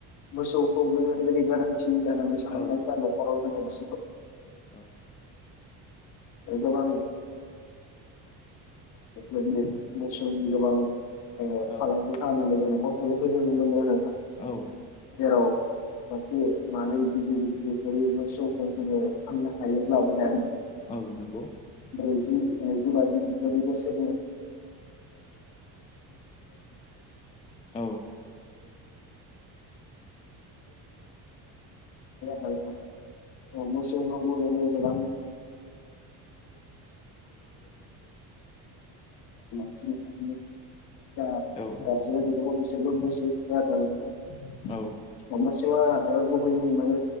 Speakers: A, on the left; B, on the left.
A: मोसौखौ जों ओरैबादि गोनांथि जानानै साननानै
B: औ
A: लायो गामियाव हराव जोङो <unintelligible>
B: औ
A: ओ गोबां <unintelligible> मोसौनि गोबां ओ
B: औ
A: फालांगि खालामनानै जोङो <unintelligible> जों नुनो मोनो नोंथां।
B: औ
A: जेराव मासे मानै गिदिर गिदिर मोसौखौ जोङो फान्ना हायोब्ला उने
B: औ नोंगौ
A: ब्रैजि ब्रैजि बाजि बिदिनो बे बोसोर
B: औ
A: <unintelligible> <unintelligible> <unintelligible> औ मोसौ नावबो नो गोनां <unintelligible> <unintelligible> जा
B: औ
A: गाबज्रिनाय बिगोमा बैसोरबो <unintelligible>
B: औ
A: अ मोसौवआ ओ गुबैयै माने